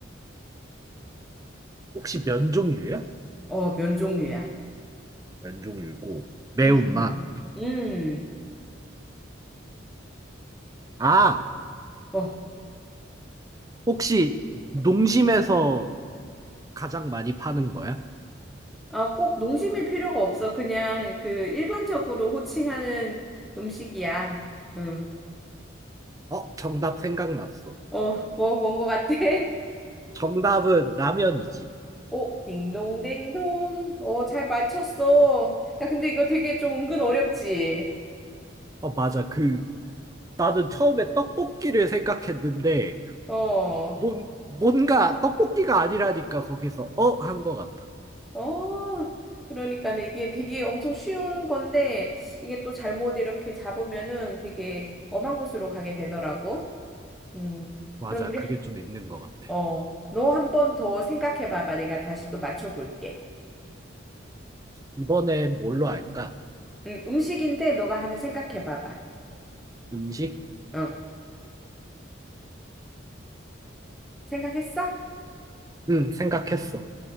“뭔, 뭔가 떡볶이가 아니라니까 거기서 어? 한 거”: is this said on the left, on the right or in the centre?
Right